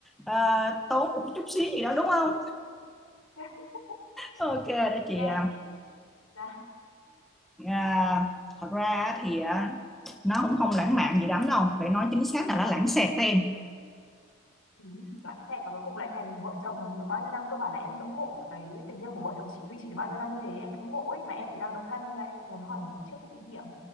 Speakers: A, in the centre; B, on the left (about 90°).
A: à, tốn một chút xíu gì đó đúng không?
B: <laughs>
A: Ok, đó chị
B: Nghe
A: à,
B: ra
A: à, thật ra thì à, nó cũng không lãng mạn gì lắm đâu, phải nói chính xác là nó lãng xẹt đó em.
B: ừ, lãng xẹt và cuối cùng lại thành vợ chồng được bao nhiêu năm cơ bản là em ngưỡng mộ cái tình yêu của vợ chồng chị duy trì được bao nhiêu năm như thế em ngưỡng mộ ấy mà em thì đang độc thân nên là em muốn hỏi người đi trước có kinh nghiệm.